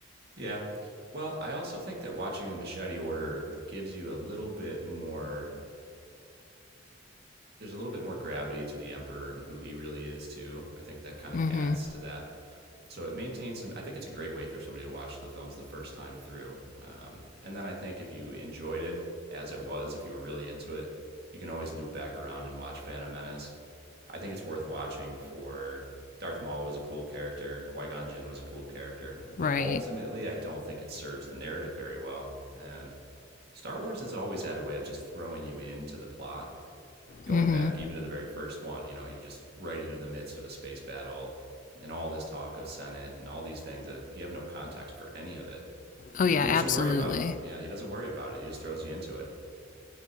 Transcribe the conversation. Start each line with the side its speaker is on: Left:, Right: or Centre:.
Right: Yeah. Well, I also think that watching the Machete Order gives you a little bit more there's a little bit more gravity to the emperor and who he really is too. I think that kind of
Left: Mhm.
Right: adds to that. So it maintains some. I think it's a great way for somebody to watch the films the first time through. Um, and then I think if you enjoyed it as it was, if you were really into it, you can always loop back around and watch Phantom Menace. I think it's worth watching for Darth Maul was a cool character, Qui Gon Jinn was a cool character, but
Left: Right.
Right: ultimately, I don't think it serves the narrative very well. And Star Wars has always had a way of just throwing you into the plot going
Left: Mhm.
Right: back even to the very first one, you know, you're just right into the midst of a space battle and all this talk of Senate and all these things that it's, you have no context for any of it.
Left: Oh yeah,
Right: And he doesn't
Left: absolutely.
Right: worry about. Yeah, he doesn't worry about it. He just throws you into it.